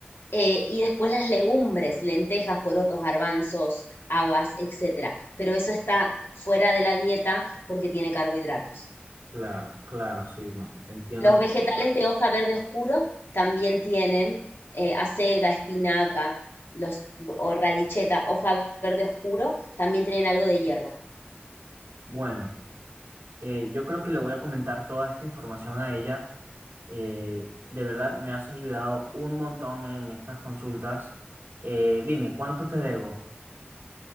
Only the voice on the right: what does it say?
Claro, claro, sí, no, entiendo.
Bueno, eh, yo creo que le voy a comentar toda esta información a ella Eh, de verdad, me has ayudado un montón en estas consultas. Eh, dime, ¿cuánto te debo?